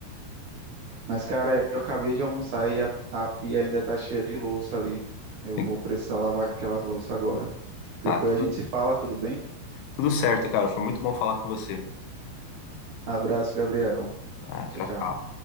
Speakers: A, on the right; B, on the left.
A: Mas, cara, eu acabei de almoçar e a, a pia ainda tá cheia de louça ali. Eu
B: tem
A: vou
B: que.
A: precisar lavar aquelas louças agora. Depois
B: Ah,
A: a
B: tudo,
A: gente se fala, tudo bem?
B: tudo certo, cara. Foi muito bom falar com você.
A: Abraço, Gabriel.
B: Ah,
A: Tchau,
B: tchau,
A: tchau.
B: tchau.